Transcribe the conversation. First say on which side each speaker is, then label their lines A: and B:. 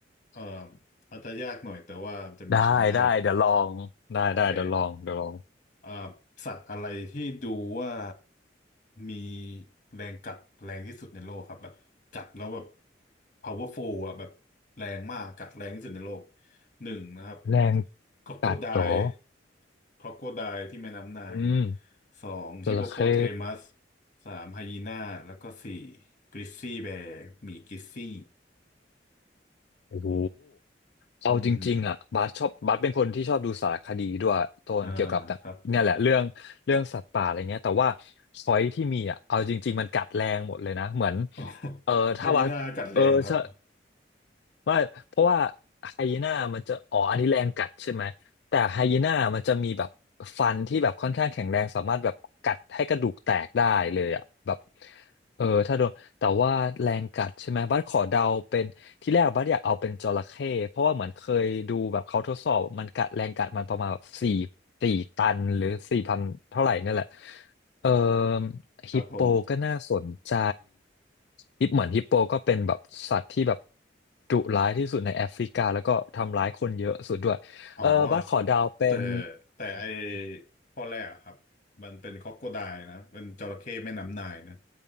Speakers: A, on the left; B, on the left.
A: เอ่ออาจจะยากหน่อยแต่ว่าจะมีช้อยให้
B: ได้ได้เดี๋ยวลองได้ได้เดี๋ยวลองเดี๋ยวลอง
A: โอเค เอ่อสัตว์อะไรที่ดูว่ามีแรงกัดแรงที่สุดในโลกครับแบบกัดแล้วแบบ powerful อ่ะแบบแรงมากกัดแรงที่สุดในโลกหนึ่งนะครับ
B: แรง
A: คร o โคได
B: กัดเหรอ
A: l ์คร o โคได l ์ที่แม่น้ำไนาย
B: อืม
A: สองฮิปโปโปเทมัส
B: จระเข้
A: สามไฮยีน่าแล้วก็สี่กริซซี่แบร์หมีกริซซี่
B: โอ้โหเอาจริงๆอ่ะบาสชอบบาสเป็นคนที่ชอบดูสารคดีด้วยโตนเกี่ยวกับแบบเนี่ยแหละเรื่องเรื่องสัตว์ป่าอะไรเงี้ยแต่ว่า
A: อืมอ่าครับ
B: ช้อยที่มีอ่ะเอาจริงๆมันกัดแรงหมดเลยนะเหมือน
A: <laughs>
B: เออถ้าว่าสเออใช่
A: ไฮยีน่ากัดแรงครับ
B: ไม่เพราะว่าไฮยีน่ามันจะอ๋ออันนี้แรงกัดใช่ไหมแต่ไฮยีน่ามันจะมีแบบฟันที่แบบค่อนข้างแข็งแรงสามารถแบบกัดให้กระดูกแตกได้เลยอ่ะแบบเออถ้าโดนแต่ว่าแรงกัดใช่ไหมบัสขอเดาเป็นที่แรกบัสอยากเอาเป็นจระเข้เพราะว่าเหมือนเคยดูแบบเขาทดสอบมันกัดแรงกัดมันประมาณแบบสี่สี่ตันหรือสี่พันเท่าไหร่เนี่ยแหละ เอ่อ
A: ครับผม
B: ฮิปโปก็น่าสนใจฮิปเหมือนฮิปโปก็เป็นแบบสัตว์ที่แบบดุร้ายที่สุดในแอฟริกาแล้วก็ทำร้ายคนเยอะสุดด้วยเออบัสขอเดาวเป็น
A: อ๋อ แต่แต่ไอข้อแรกอะครับมันเป็นค o อกโคไดนะเป็นจระเข้แม่น้ำนายนะ